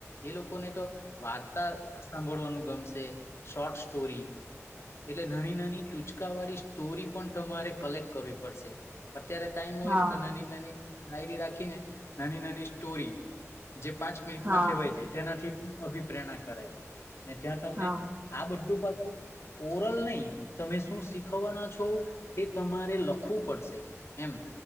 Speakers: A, on the left (about 55°); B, on the right (about 35°).
A: એ લોકોને તો વાર્તા સાંભળવાનું ગમશે શોર્ટ સ્ટોરી એટલે નાની નાની ટૂચકા વાળી સ્ટોરી પણ તમારે કલેક્ટ કરવી પડશે અત્યારે ટાઈમ હોય
B: હા
A: ને તો નાની નાની ડાયરી રાખીને નાની નાની સ્ટોરી જે પાંચ મિનિટમાં
B: હા હા
A: કેહેવાય છે. તેનાથી અભિપ્રાય કરાય ને ત્યાં તમને
B: હા
A: આ બધું પાછું ઓરલ નહી તમે શું શીખવવાના છો તે તમારે લખવું પડશે એમ